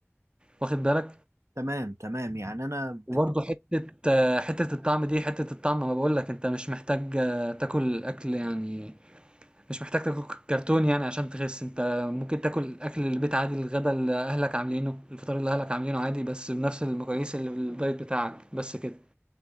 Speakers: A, on the right; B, on the right.
A: واخد بالك؟
B: تمام تمام يعني انا بت...
A: وبرضه حتة آه، حتة الطعم دي، حتة الطعم ما باقول لك أنت مش محتاج آه، تاكل أكل يعني مش محتاج تاكل كرتون يعني عشان تخس انت ممكن تاكل اكل البيت عادي الغدا اللي اهلك عاملينه الفطار اللي اهلك عاملينه عادي بس بنفس المقاييس اللي في الدايت بتاعك بس كده